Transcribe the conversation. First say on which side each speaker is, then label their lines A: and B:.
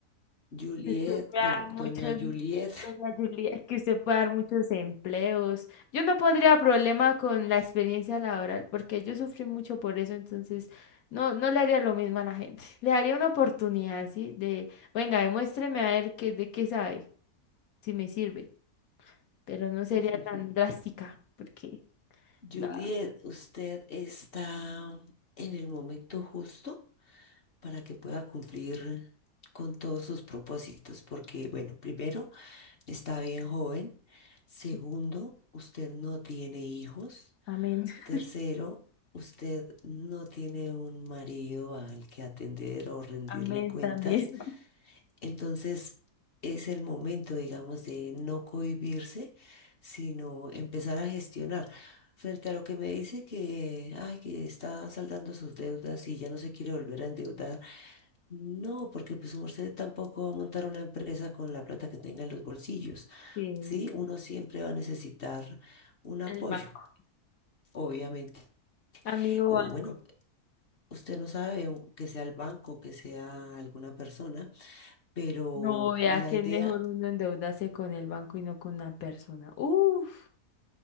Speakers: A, on the left; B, on the left.
A: Juliet,
B: que usted pueda
A: bueno,
B: dar muchos,
A: doña Juliet.
B: doña Julia, que usted pueda dar muchos empleos. Yo no pondría problema con la experiencia laboral, porque yo sufrí mucho por eso, entonces no, no le haría lo mismo a la gente. Le daría una oportunidad, ¿sí? De, venga, demuéstreme a ver qué, de qué sabe, si me sirve, pero no sería
A: <laughs>
B: tan drástica, porque...
A: Juliet,
B: No,
A: usted está en el momento justo para que pueda cumplir con todos sus propósitos, porque, bueno, primero, está bien joven. Segundo,
B: sí.
A: usted no tiene hijos.
B: amén, <laughs>
A: Tercero, usted no tiene un marido al que atender o rendirle
B: amén
A: cuentas.
B: también.
A: Entonces es el momento, digamos, de no cohibirse, sino empezar a gestionar. Frente a lo que me dice que, ay, que está saldando sus deudas y ya no se quiere volver a endeudar. No, porque pues usted tampoco va a montar una empresa con la plata que tenga en los bolsillos.
B: Sí.
A: Sí, uno siempre va a necesitar un apoyo,
B: El banco.
A: obviamente.
B: Amigo
A: O
B: banco.
A: bueno, usted no sabe u- que sea el banco, que sea alguna persona, pero
B: No, vea
A: la
B: que
A: idea
B: es mejor uno endeudarse con el banco y no con una persona. Uf.